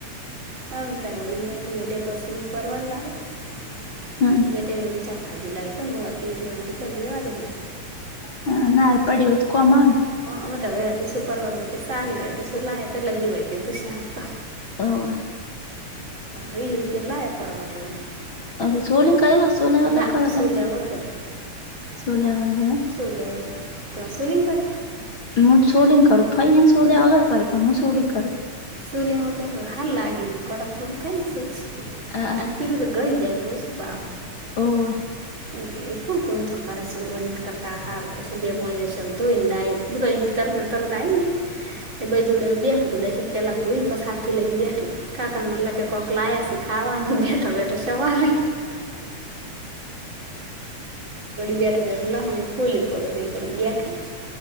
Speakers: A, on the right; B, on the left.
A: અ વિ તાર વડી હડે પછી પરવર લાવ્યા
B: હમ
A: બે વ ચ. આજી લાઈફ મુતી એટલે વળી કે રેવા ડે.
B: હ નારે પડીયુ હોત તો કોમ આવે.
A: અમે હવે અઢીસું પરવર માંથી સાાલી રે અઢીસું લાયા તો લગી હોય કી તું શાક તો.
B: હોવે.
A: વિહી રૂપિયા ના લાયા પરવર વળી.
B: અ સોલી ને કરો કે સોલ્યા વગર
A: ના
B: કરો તમે
A: સોલ્યા વગર
B: સોલ્યા વગર જ.
A: સોલિયા વગર. તમારે શોલી ને કરે.
B: હું ચોલીને કરું ફઈ હે ને ચોલીયા વગર કરે પણ હું ચોલીને કરુ.
A: ચોલીયા વગરનું હાર લાગે કડક થાય ને સેજ.
B: અ આ.
A: અને પીલું તો ગળી જાય એટલે ઓછું ભાવ.
B: હોવે.
A: એટલે એ કોણ કોણ થકાર છેલ કરતા આહાર બેપણી. ધોઈને ડાયરેક્ટ. હું તો અહીં થી તરત ને તરત આઈને. જોડે લઈ ને બેહું તો દાય પેલા ધોઈને પસે હાથ થી લઈને બેઠી કાકાને મતલે કે કોક લાયા શી. ખાવાનું બેઠો બેઠો સવારે. બેઠો બેઠો લહન એ ફોલીયું. કડી બેઠો